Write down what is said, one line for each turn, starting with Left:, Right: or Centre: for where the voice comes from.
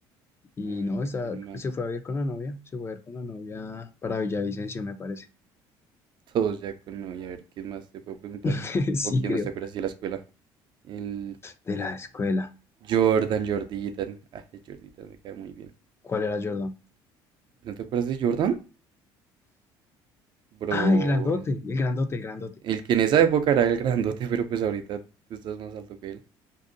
Left: Y
Right: a ver,
Left: no,
Right: ¿de
Left: está,
Right: quién más?
Left: se fue a ver con la novia, se fue a ver con la novia para Villavicencio, me parece.
Right: Todos ya con novia, a ver, ¿quién más te puedo preguntar?
Left: <laughs> Sí,
Right: ¿O quién
Left: creo.
Right: más te acuerdas de la escuela? El
Left: De la escuela.
Right: Jordan, Jorditan. Ah, el Jorditan me cae muy bien.
Left: ¿Cuál era Jordan?
Right: ¿No te acuerdas de Jordan? Bro,
Left: Ah, el grandote,
Right: es-
Left: el grandote, el grandote.
Right: el que en esa época era el grandote, <laughs> pero pues ahorita tú estás más alto que él.